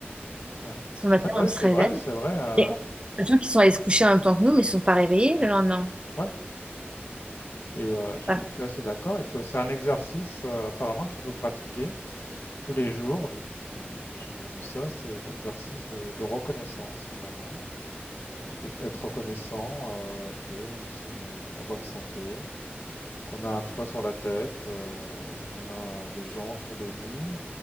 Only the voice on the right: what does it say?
Ce matin
on se
réveille
et on les gens qui sont allés se coucher en même temps que nous, mais ils ne sont pas réveillés le lendemain.
Par-